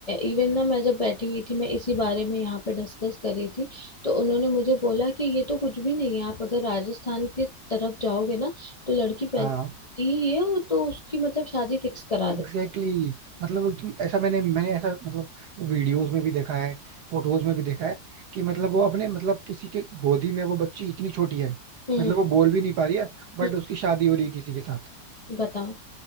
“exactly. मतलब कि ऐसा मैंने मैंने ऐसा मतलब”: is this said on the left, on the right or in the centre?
Right